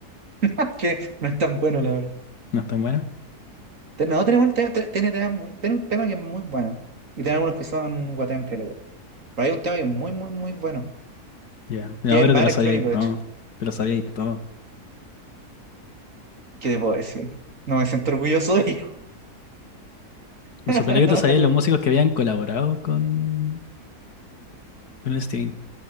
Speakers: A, on the right; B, on the left.
A: <laughs> Que no es tan bueno, la verdad.
B: ¿No es tan buena?
A: Te- No, tenemos un tema, te- tiene temas muy, tiene un tema que es muy bueno. Y tiene algunos que son guatean caleta. Pero hay un tema que es muy, muy, muy bueno.
B: Ya. No,
A: Que es
B: pero
A: el más
B: te lo
A: electrónico,
B: sabías y todo.
A: de hecho.
B: Te lo sabías y todo.
A: ¿Qué te puedo decir? No me siento orgulloso de ello.
B: Me
A: <laughs>
B: sorprendió que te sabías
A: Algo-
B: los músicos que habían colaborado con, con el Steven.